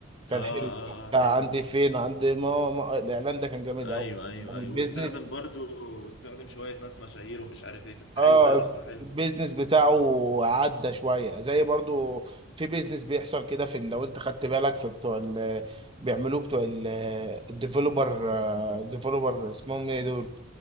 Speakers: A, on the right (about 25°); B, on the left (about 65°).
A: كان
B: اه اه
A: حلو بتاع
B: اه حلو
A: عندي فين عندي ماما الاعلان ده كان جامد
B: ايوه
A: قوي
B: ايوه
A: يعني
B: ايوه
A: بيزنس
B: واستخدم برضو واستخدم شوية ناس مشاهير ومش عارف ايه فكانت
A: اه
B: حلوة يا لقطة حلوة
A: البيزنس بتاعه عدى شويه زي برضو في بيزنس بيحصل كده في ال- لو انت خدت بالك في بتوع ال بيعملوه بتوع ال- الديفلوبر الديفلوبر اسمهم ايه دول